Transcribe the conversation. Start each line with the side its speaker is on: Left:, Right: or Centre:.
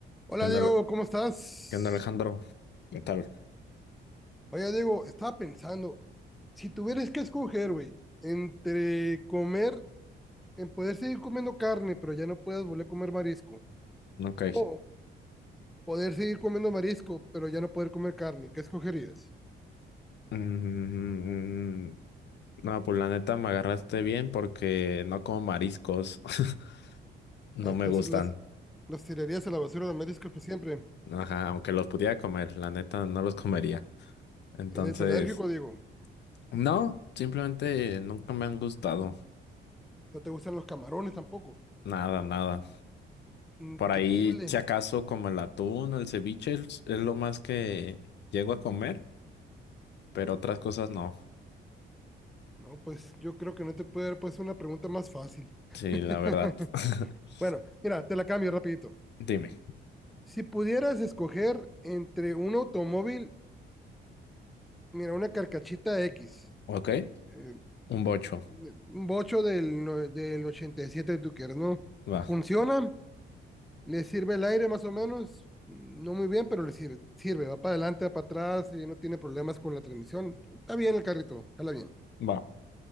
Centre: Hola
Left: ¿Qué onda,
Centre: Diego,
Left: Ale-
Centre: ¿cómo estás?
Left: qué onda, Alejandro? ¿Qué tal?
Centre: Oye Diego, estaba pensando, si tuvieras que escoger, güey, entre comer, en poder seguir comiendo carne, pero ya no puedes volver a comer marisco,
Left: Ok.
Centre: o poder seguir comiendo marisco, pero ya no poder comer carne, ¿qué escogerías?
Left: Mm, no, pues la neta me agarraste bien porque no como mariscos. <laughs> No
Centre: Entonces
Left: me gustan.
Centre: los, los tirarías a la basura de mariscos por siempre.
Left: Ajá, aunque los pudiera comer, la neta no los comería. Entonces,
Centre: Eres alérgico, Diego.
Left: no, simplemente nunca me han gustado.
Centre: No te gustan los camarones tampoco.
Left: Nada, nada.
Centre: Increíble.
Left: Por ahí, si acaso, como el atún, el ceviche, es es lo más que llego a comer, pero otras cosas no.
Centre: No, pues yo creo que no te puede haber puesto una pregunta más fácil.
Left: Sí,
Centre: <laughs>
Left: la verdad. <laughs>
Centre: Bueno, mira, te la cambio rapidito.
Left: Dime,
Centre: Si pudieras escoger entre un automóvil, mira, una carcachita X,
Left: ¿ok?
Centre: eh,
Left: Un bocho.
Centre: un bocho del, no- del 87, tú quieres, ¿no?
Left: Va.
Centre: Funciona, le sirve el aire más o menos, no muy bien, pero le sirve, sirve, va para adelante, va para atrás, y no tiene problemas con la transmisión, está bien el carrito, jala bien.
Left: Va.